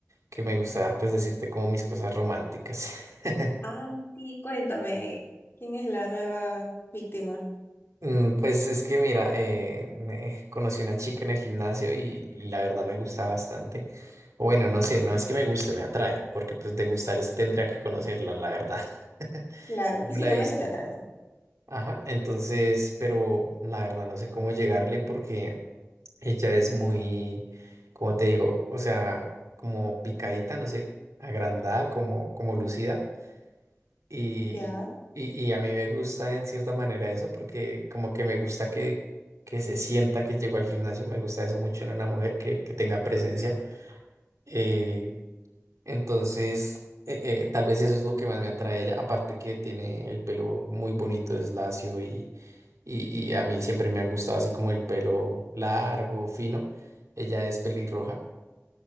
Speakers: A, on the right (about 80°); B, on the left (about 50°).
A: que me gusta pues decirte como mis cosas románticas. <laughs>
B: Ah, sí, cuéntame, ¿quién es la nueva víctima?
A: Mm, Pues es que mira, eh, me- conocí una chica en el gimnasio y, y la verdad
B: Ujú.
A: me gusta bastante. O bueno, no sé, no es que me guste, me atrae, porque pues de gustar es, tendría que conocerla, la verdad. <laughs>
B: Claro,
A: No
B: físicamente
A: la he visto.
B: te atrae.
A: Ajá, entonces, pero la verdad no sé cómo llegarle porque ella es muy, como te digo, o sea, como picadita, no sé, agrandada, como, como lucida. Y,
B: Ya.
A: y, y a mí me gusta en cierta manera eso porque como que me gusta que, que se sienta que llegó al gimnasio, me gusta eso mucho en una mujer que, que tenga presencia. Eh, entonces, eh, eh, tal vez eso es lo que más me atrae a ella, aparte que tiene el pelo muy bonito, es lacio y, y, y a mí siempre me han gustado así como el pelo largo, fino. Ella es pelirroja.